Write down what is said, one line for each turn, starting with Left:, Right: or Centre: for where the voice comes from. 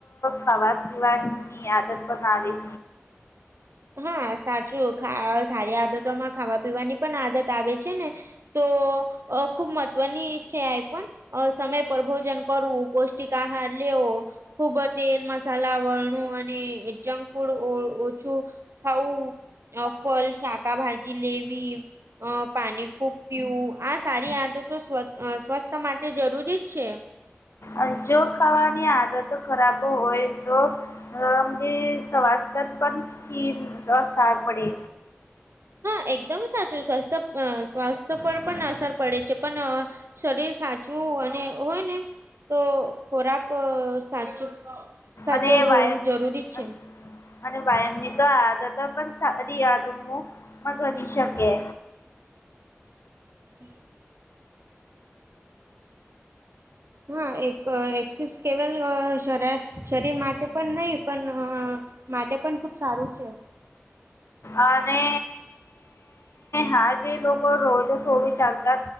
Left: ખાવા પીવા ની આદત પણ આવી
Right: હા સાચું ખા સારી આદતોમાં ખાવા પીવાની પણ આદત <unintelligible> છે ને તો અહ ખુબ મહત્વની છે આય ફોન અહ સમય પર ભોજન કરવું પૌષ્ટિક કા આહાર લેવો, ખુબ તેલ મસાલા વાળુ અને જંક ફૂડ ઓ ઓ ઓછું ખાવું ફળ શાકભાજી લેવી અ પાણી ખૂબ પીવું આ સારી આદતો સ્વત અહ સ્વસ્થત માટે જરૂરી જ છે.
Left: અ જો ખાવાની આદત ખરાબ હોય તો <unintelligible> સ્વાસ્થ્યક પણ સ્થિર સાર પડે.
Right: હા એકદમ સાચું સ્વાસ્થ્ય સ્વાસ્થ્ય પર પણ અસર પડે છે પણ અહ શરીર સાચવું અને હોય ને તો ખોરાક ક સાચો સાચો
Left: અને
Right: હોવું
Left: વ્યાયામ
Right: જરૂરી છે.
Left: અને વાયામની તો આદતો પણ સારી આદવું માં બની શકે
Right: હમ્મ. હા એક એકસીસ કેવલ અહ શર શરીર માટે પણ નહી પણ અહ માટે પણ ખુબ સારું છે.
Left: અને હાલ જે લોકો રોજ થોડું ચાલતા